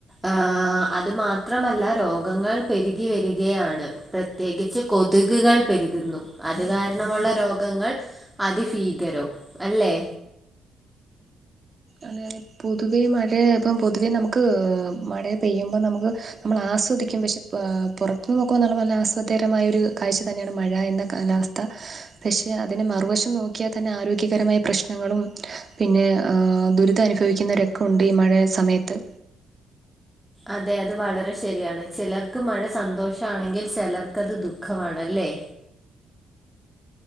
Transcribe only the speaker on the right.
അതെതെ പൊതുവെ മഴയാ ഇപ്പം പൊതുവേ നമുക്ക് മഴ പെയ്യുമ്പോ നമുക്ക്. നമ്മൾ ആസ്വദിക്കും പക്ഷെ പുറത്തുന്ന് നോക്കുമ്പോ നല്ല നല്ല ആസ്വാദകരമായ ഒരു കാഴ്ച തന്നെയാണ് മഴ എന്നാ കാലാവസ്ഥ പക്ഷേ അതിനെ മറുവശം നോക്കിയാൽ തന്നെ ആരോഗ്യകരമായ പ്രശ്നങ്ങളും പിന്നെ ദുരിതം അനുഭവിക്കുന്നവരൊക്കെ ഉണ്ട് ഈ മഴ സമയത്ത്.